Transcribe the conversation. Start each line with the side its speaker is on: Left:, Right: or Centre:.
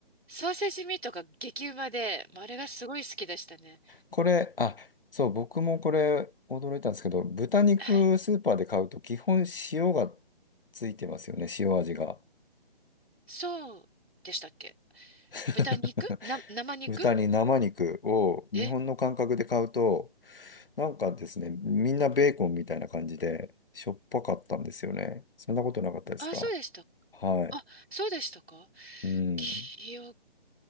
Right: ソーセージミートが激うまで、まああれがすごい好きでしたね。
Left: これ、あ、そう、僕もこれ驚いたんですけど、豚肉スーパーで買うと基本塩が
Right: はい。
Left: ついてますよね、塩味が。
Right: そうでしたっけ
Left: <laughs>
Right: 豚肉な、生肉
Left: 豚に生肉を日本の感覚で買うと、
Right: え、
Left: なんかですね、みんなベーコンみたいな感じでしょっぱかったんですよね。そんなことなかったですか
Right: あ、そうでした。
Left: はい。
Right: あ、そうでしたか
Left: うん。
Right: 記憶、